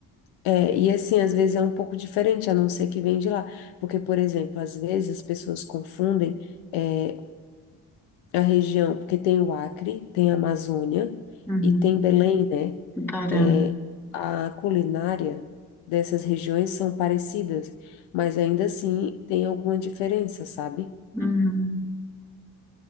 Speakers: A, on the left; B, in the centre.
A: É, e assim, às vezes é um pouco diferente, a não ser que vem de lá. Porque, por exemplo, às vezes as pessoas confundem é, a região, porque tem o Acre, tem a Amazônia
B: Uhum.
A: e tem Belém, né?
B: no Pará.
A: É, a culinária dessas regiões são parecidas, mas ainda assim tem alguma diferença, sabe?
B: Uhum.